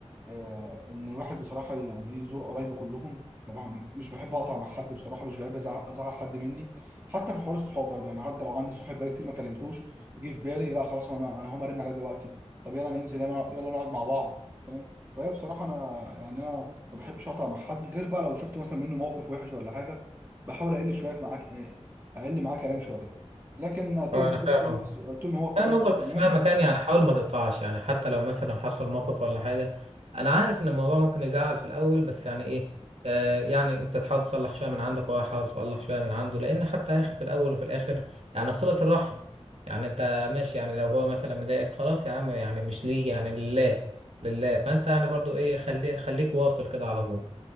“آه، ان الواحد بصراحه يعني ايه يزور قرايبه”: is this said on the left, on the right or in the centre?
Right